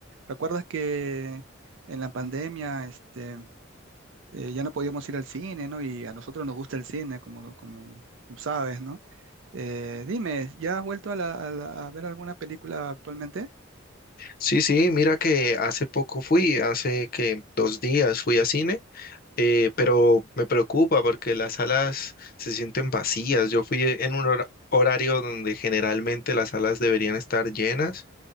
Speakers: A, on the right; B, on the left.
A: ¿recuerdas que en la pandemia, este, eh, ya no podíamos ir al cine, ¿no? Y a nosotros nos gusta el cine, como, como, como sabes, ¿no? Eh, dime, ¿ya has vuelto a, la- a la- a ver alguna película actualmente?
B: Sí, sí, mira que hace poco fui, hace que dos días fui a cine, eh, pero me preocupa porque las salas se sienten vacías. Yo fui e- en un hora- horario donde generalmente las salas deberían estar llenas,